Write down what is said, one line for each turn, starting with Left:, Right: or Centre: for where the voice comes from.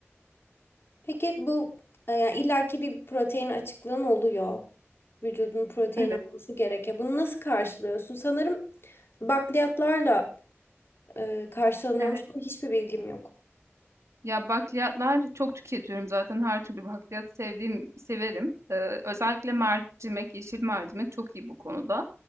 Left: Peki bu e, yani illaki bir protein açıklığın oluyor. Vücudun protein
Right: Evet,
Left: alması gerekiyor. Bunu nasıl karşılıyorsun? Sanırım bakliyatlarla e, karşılanıyormuş
Right: evet.
Left: ama hiçbir bilgim yok.
Right: Ya, bakliyatlar çok tüketiyorum zaten her türlü bakliyat sevdiğim severim. Eee, özellikle mercimek, yeşil mercimek çok iyi bu konuda.